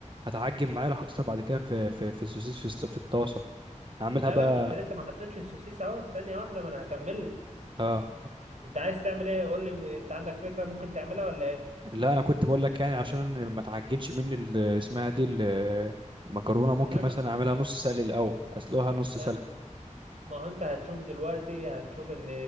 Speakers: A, on the right; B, on the right.
A: هتعجن معايا لو حطيتها بعد كده في في في السوسيس في, الس- في الطاسة اعملها
B: لا
A: بقى
B: لا ما انت لسه ما حطيتش السوسيس اهو ثانيه واحده ما انا هكمل لك.
A: اه
B: انت عايز تعمل ايه قول لي م- انت عندك فكره ممكن تعملها ولا ايه
A: لا انا كنت بقول لك يعني عشان ما تعجنش مني ال- اسمها دي ال- المكرونة ممكن
B: لا ما
A: مثلا اعملها نص سلق الاول اسلقها نص
B: ما
A: سلقة
B: ما هو انت هتشوف دلوقتي هتشوف ان